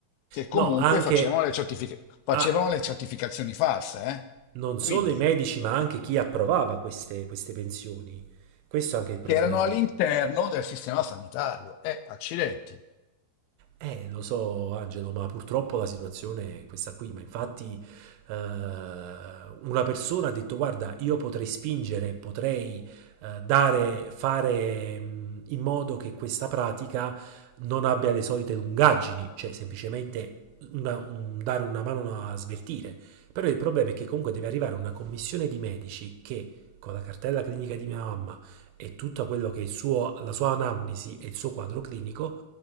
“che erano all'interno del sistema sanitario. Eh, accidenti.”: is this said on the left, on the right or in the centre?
Left